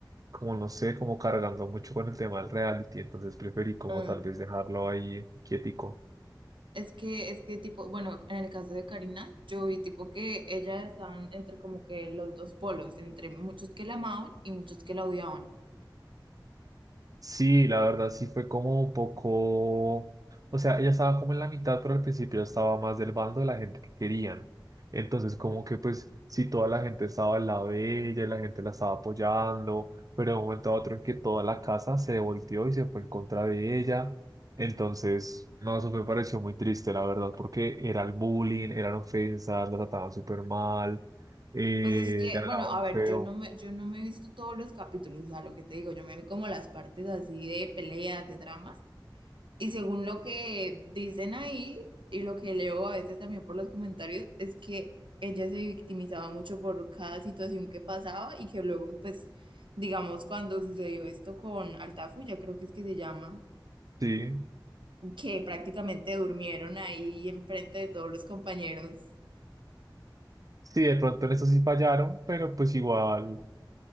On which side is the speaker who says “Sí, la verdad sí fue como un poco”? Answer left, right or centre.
Right